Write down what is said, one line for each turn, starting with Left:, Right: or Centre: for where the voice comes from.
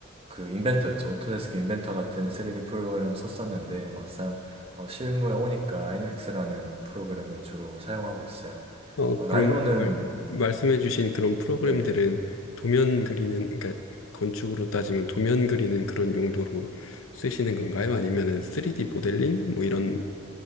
Right: 그 인벤터였죠. 오토데스크 인벤터 같은 3D 프로그램 썼었는데 막상 어, 실무에 오니까 NX라는 프로그램을 주로 사용하고 있어요.
Left: 어,
Right: 어,
Left: 그러면
Right: 라이노는,
Left: 그 말, 말씀해주신 그런 프로그램들은
Right: 네네.
Left: 도면 그리는, 그러니까 건축으로 따지면 도면 그리는 그런 용도로 쓰시는 건가요? 아니면은 3D 모델링? 뭐 이런